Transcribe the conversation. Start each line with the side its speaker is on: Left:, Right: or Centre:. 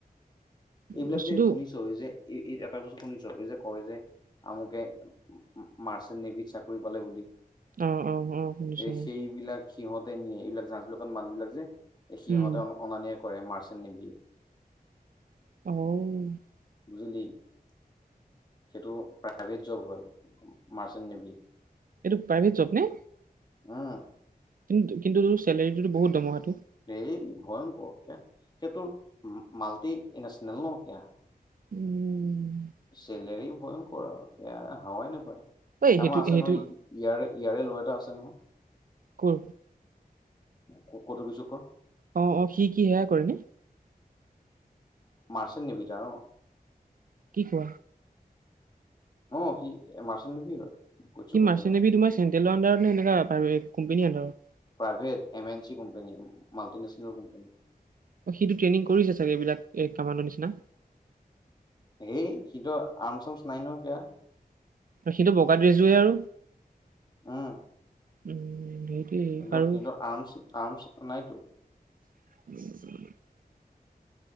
Left: এইবিলাক
Right: বস্তুটো
Left: যে শুনিছ এই যে এই এই এটা বস্তু শুনিছ এই যে কয় যে আমুকে মাৰ্চণ্ট নেভিত চাকৰি পালে বুলি।
Right: অ অ অ শুনিছো।
Left: এই সেইবিলাক সিহঁতে নিয়ে এইবিলাক জাহাজ বিলাকত মাল বিলাক যে এই সিহতে
Right: উম।
Left: অনা নিয়া কৰে মাৰ্চেল নেভিয়ে
Right: আহ
Left: বুজিলি সেইটো প্ৰায়। প্ৰাইভেট জব হয় মাৰ্চেল নেভি।
Right: এইটো প্ৰাইভেট জব নে
Left: আহ
Right: কিন্তু কিন্তু চেলেৰিটো বহুত দমহাটো
Left: এই ভয়ংকৰ সেয়া এ তোৰ মাল্টিনেচনেল ন কিয়া
Right: উম,
Left: চলেৰী ভয়ংকৰ সেয়া হাৱাই নাপায়
Right: ঐ সেইটো
Left: আমাৰ আছে
Right: সেইটো
Left: নহয় ইয়াৰে ইয়াৰে ল'ৰা এটা আছে নহয়
Right: কৰ
Left: ক কটো পিছু
Right: অ', অ', সি কি সেয়া কৰে নে?
Left: মাৰ্চেল নিভিত আৰু ন
Right: কি কোৱা
Left: অ সি মাৰ্চেল নেভি হয়। কৌতুক কিশোকৰ
Right: কি মাৰ্চনে
Left: ল'ৰা এটা
Right: তোমাৰ চেণ্ট্ৰেলৰত আন্ধাৰত নে এনেকা কোম্পনী আন্ধাৰত
Left: private M N C company multinational company
Right: সিটো ট্ৰেইনিং কৰিছে চাগে এইবিলাক কামাণ্ডৰ নিচিনা?
Left: হেই সিটো আমচমচ নাই ন সেয়া
Right: সেইটো বগা ড্ৰেচজোৱে আৰু
Left: আহ
Right: উম সেইটোৱে
Left: কিন্তু
Right: বাৰু
Left: কিন্তু আৰ্মচ আৰ্মচ নাইতো
Right: <inaudible>